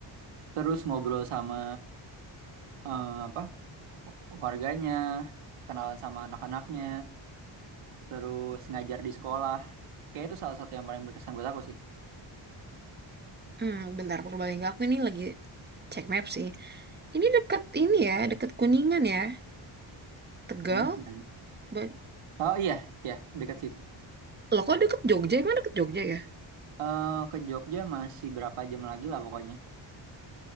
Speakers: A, on the right; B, on the right.
A: terus ngobrol sama eh, apa warganya kenalan sama anak-anaknya terus ngajar di sekolah kayak itu salah satu yang paling berkesan buat aku sih
B: Hmm, bentar Purbalingga aku ini lagi cek map sih. Ini deket ini ya, deket Kuningan ya. Tegal.
A: Dan-
B: Ba-
A: oh iya iya dekat situ
B: Loh kok deket Jogja? Emang deket Jogja ya?
A: Eh, ke Jogja masih berapa jam lagi lah pokoknya